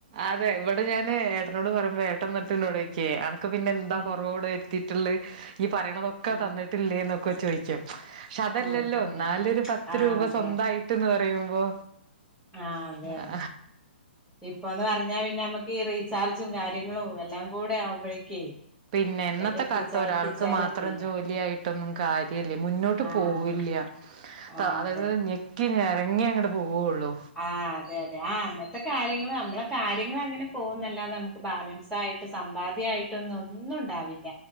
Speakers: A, on the right; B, in the centre.
A: അതെ ഇവിടെ ഞാന് ഏട്ടനോട് പറയുമ്പോ ഏ ട്ടന്ന്ട്ട് ഇന്നോട്യ്ക്കെയ് അനക്ക് പിന്നെ എന്താ
B: ഉം
A: കൊറവുടെ വരുത്തിട്ടില്ലേയ് ഈയ്യ് പറയ്ണതൊക്കെ
B: ഉം
A: തന്നിട്ടില്ലേ എന്നൊക്കെ ചോദിക്കും. ക്ഷെ അതല്ലല്ലോ
B: ഉം ഉം
A: ഇന്നാലൊര്
B: ഉം
A: പത്ത്
B: ആ
A: രൂപ
B: അതെ
A: സ്വന്തായിട്ട്ന്ന് പറയുമ്പോ
B: ആഹ് അതെ
A: ആ
B: അതെ ഇപ്പന്ന് പറഞ്ഞാ പിന്നെ നമുക്ക് ഈ റീചാർജും കാര്യങ്ങളും എല്ലാം കൂടെ ആവുമ്പോഴേക്കേ
A: പിന്നെ ഇന്നത്തെ
B: എത്തിച്ചാ
A: കാലത്ത് ഒരാൾക്ക്
B: എത്തിച്ചാലെത്തില്ല
A: മാത്രം ജോലിയായിട്ടൊന്നും കാര്യല്ല മുന്നോട്ട്
B: ആഹ്
A: പോവില്ല
B: അതെ ആഹ്
A: അതായത്
B: അതെ അതെ
A: ഞെക്കി ഞരങ്ങി അങ്ങട്ട് പോവൊള്ളു.
B: ആഹ് അതെ അതെ ആഹ് അന്നത്തെ കാര്യങ്ങള് നമ്മളെ കാര്യളങ്ങനെ പോകുന്നല്ലാതെ നമുക്ക് ബാലൻസായിട്ട് സമ്പാദ്യായിട്ടൊന്നും ഒന്നും ഉണ്ടാവില്ല.